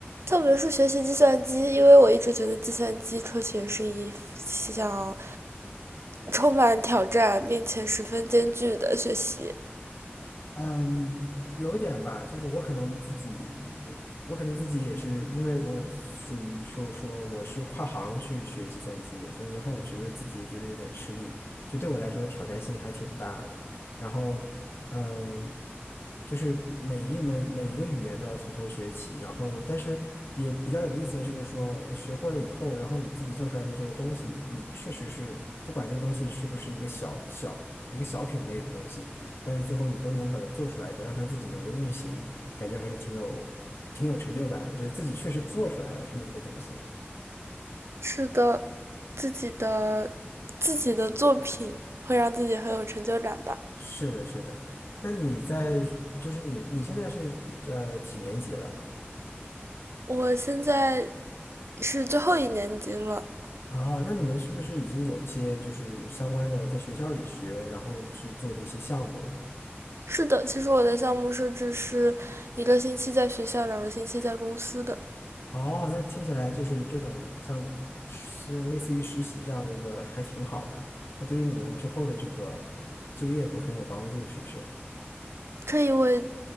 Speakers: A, on the right (about 80°); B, on the left (about 65°).
A: 特别是学习计算机，因为我一直觉得计算机科学是一项充满挑战并且十分艰巨的学习。
B: 嗯，有一点吧，就是我可能自己有，我可能自己也是，因为我属于说说我是跨行去学计算机的，所以然后我觉得自己也觉得有点吃力，就对我来说挑战性还挺大的。然后，嗯，就是每一门每一个语言都要从头学起，然后但是也比较有意思的就是说学会了以后，然后你自己做出来的这个东西，你确实是不管这个东西是不是一个小小一个小品类的东西。但是最后你都能把它做出来以后，让它自己能够运行，感觉还是挺有挺有成就感的，就是自己确实做出来了这么一个东西。
A: 是的，自己的自己的作品会让自己很有成就感吧。
B: 是的，是的。那你在就是你你现在是呃几年级了
A: 我现在是最后一年级了。
B: 啊？那你们是不是已经有一些就是相关的在学校里学，然后去做的一些项目了？
A: 是的，其实我的项目设置是一个星期在学校，两个星期在公司的。
B: 哦，那听起来就是这种像是类似于实习这样的一个还挺好的，那对于你们之后的这个就业会很有帮助，是不是？
A: 可以为